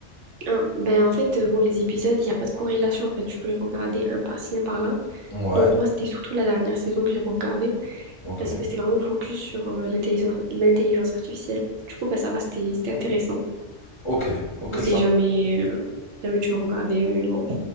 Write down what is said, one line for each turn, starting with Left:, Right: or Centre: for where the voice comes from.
Right: Hein, ben en fait, euh, bon, les épisodes, il n'y a pas de corrélation. En fait, tu peux les regarder un par-ci, un par-là.
Left: Ouais,
Right: Donc moi, c'était surtout la dernière saison que j'ai regardée
Left: ok,
Right: parce que c'était vraiment focus sur euh, l'intelligence l'intelligence artificielle. Du coup, bah, ça va, c'était c'était intéressant.
Left: ok, ok,
Right: Ou si jamais, euh, jamais tu veux regarder, mais bon.